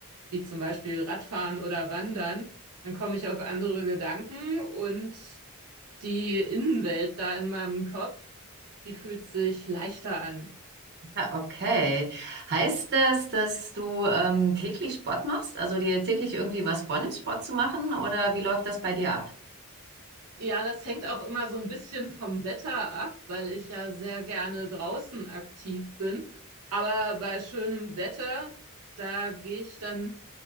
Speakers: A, on the right; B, on the right.
A: wie zum Beispiel Radfahren oder Wandern, dann komme ich auf andere Gedanken und die Innenwelt da in meinem Kopf, die fühlt sich leichter an.
B: Ah, okay. Heißt das, dass du ähm, täglich Sport machst? Also dir täglich irgendwie was vornimmst, Sport zu machen? Oder wie läuft das bei dir ab?
A: Ja, das hängt auch immer so ein bisschen vom Wetter ab, weil ich ja sehr gerne draußen aktiv bin. Aber bei schönem Wetter, da gehe ich dann